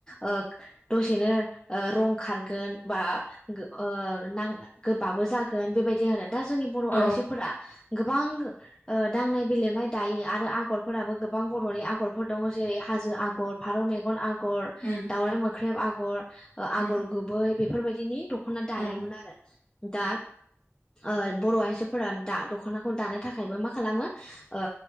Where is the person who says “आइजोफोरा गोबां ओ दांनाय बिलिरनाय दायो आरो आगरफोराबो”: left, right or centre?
Left